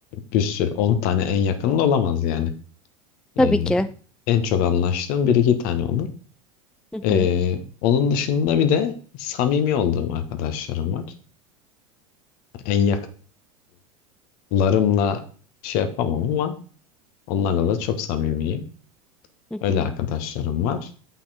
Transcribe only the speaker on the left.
bir sürü 10 tane en yakının olamaz yani.
E,
En çok anlaştığım bir iki tane olur.
Ee,
onun dışında bir de samimi olduğum arkadaşlarım var. En yakınlarımla şey yapamam ama onlarla da çok samimiyim.
Öyle
arkadaşlarım var.